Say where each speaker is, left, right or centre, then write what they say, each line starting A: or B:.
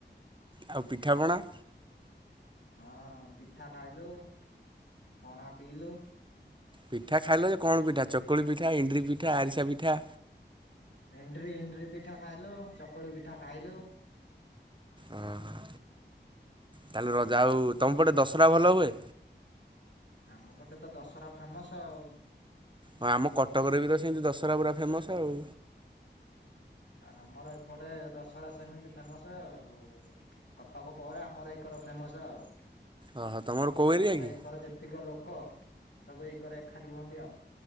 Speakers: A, on the right; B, on the left.
A: ଆଉ ପିଠାପଣା?
B: ହଁ ପିଠା ଖାଇଲୁ ପଣା ପିଇଲୁ।
A: ପିଠା ଖାଇଲ ଯେ କଣ ପିଠା ଚକୁଳି ପିଠା ଏଣ୍ଡୁରି ପିଠା, ଆରିସା ପିଠା?
B: ଏଣ୍ଡୁରି -ଏଣ୍ଡୁରି ପିଠା ଖାଇଲୁ ଚକୁଳି ପିଠା ଖାଇଲୁ।
A: ଅଁ- ହଁ ତାହେଲେ ରଜ- ଆଉ ତମ ପଟେ ଦଶରା ଭଲ ହୁଏ?
B: ଆମ ପଟେ ତ ଦଶରା ଫେମସ୍ ଆଉ।
A: ହଁ ଆମ କଟକରେ ବି ତ ସେମିତି ଦଶହରା ପୁରା ଫେମସ୍ ଆଉ।
B: ଆମର ଏପଟେ ଦଶହରା ସେମିତି ଫେମସ୍ ଆଉ। କଟକ ପରେ ଆମର ଏକର ଫେମସ୍ ଆଉ
A: ଓହୋ ତମର କୋଉ ଏରିଆ
B: ଆମର
A: କି?
B: ଏକର ଯେତ୍ ଯେତିକ ଲୋକ ସବୁ ଏକରେ ଏକାଠି ହୁଅନ୍ତି ଆଉ